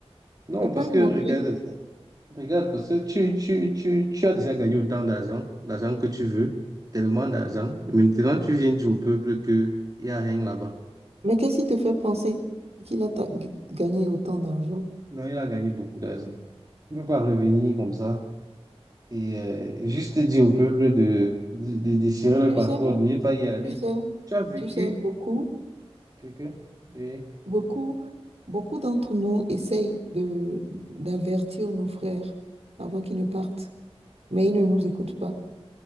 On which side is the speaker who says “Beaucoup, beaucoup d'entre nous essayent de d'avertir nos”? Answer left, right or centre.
Right